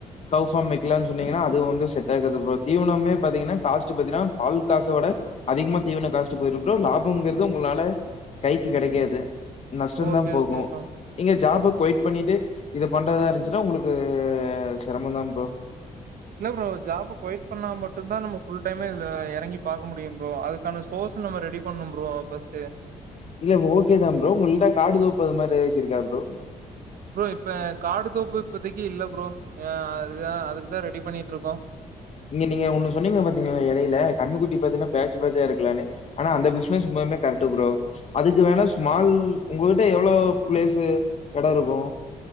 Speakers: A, on the left; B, on the right.
A: கவ் ஃபார்ம் வைக்கலாம்னு சொன்னிங்கனா அது வந்து செட் ஆகாது ப்ரோ தீவனமே பாத்திங்கனா காஸ்ட்டு பாத்தினா பால் காசவிட அதிகமா தீவன காஸ்டு போயிடு ப்ரோ ல பம்ங்கறது உங்களால கைக்கு கெடைக்காது நஷ்டந்தா
B: ஓகே
A: போகும்
B: ஓகே ப்ரோ
A: நீங்க ஜாபுக் கொய்ட் பண்ணிட்டு இத பண்றதா இருந்துச்சுன்னா உங்களுக்கு செரமந்தா ப்ரோ
B: என்ன ப்ரோ ஜாப கொயிட் பண்ணா மட்டு தா நம்ம ஃபுல் டைமா இதுல இறங்கி பாக்க முடியு ப்ரோ அதுக்கான சோர்ஸ் நம்ம ரெடி பண்ணு ப்ரோ ஃபர்ஸ்ட்டு
A: இல்ல ஓகேதா ப்ரோ உங்களிட்ட காடு தோப்பு அது மாரி ஏதாச்சி இருக்கா ப்ரோ
B: ப்ரோ இப்ப காடு தோப்பு இப்பத்திக்கு இல்ல ப்ரோ ஏ அதா அதுக்குதா ரெடி பண்ணிக்கிட்ருக்கோ
A: இங்க நீங்க ஒன்னு சொன்னீங்க பாத்தீங்களா எடையில கன்னுக்குட்டி பாத்தீன்னா பேஜ் பேஜா ஏறகலானு ஆனா அந்த பிசினஸ் உண்மையாவுமே கரெக்ட் ப்ரோ அதுக்கு வேணா ஸ்மால் உங்ககிட்ட எவ்ளோ ப்ளேசு எடோ இருக்கு